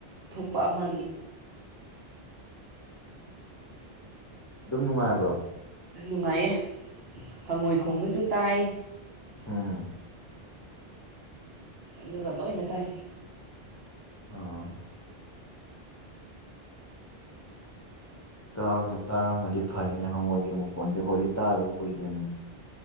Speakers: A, on the right; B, on the left.
A: ꯊꯣꯛꯄ ꯑꯃꯒꯤ
B: ꯑꯗꯨꯝ ꯅꯨꯡꯉꯥꯏꯕ꯭ꯔꯣ
A: ꯅꯨꯡꯉꯥꯏꯌꯦ ꯍꯪꯉꯣꯏ ꯈꯣꯡꯕꯁꯨ ꯇꯥꯏ
B: ꯎꯝ
A: ꯑꯗꯨꯒ ꯂꯣꯏꯅ ꯇꯥꯏ
B: ꯑꯣ ꯇꯥꯕꯨ ꯇꯥꯔꯝꯃꯗꯤ ꯐꯩꯅꯦ ꯍꯪꯉꯣꯏꯒꯤ ꯃꯈꯣꯟꯁꯦ ꯑꯩꯈꯣꯏꯗꯤ ꯇꯥꯗꯕ ꯀꯨꯏꯔꯦꯅꯦ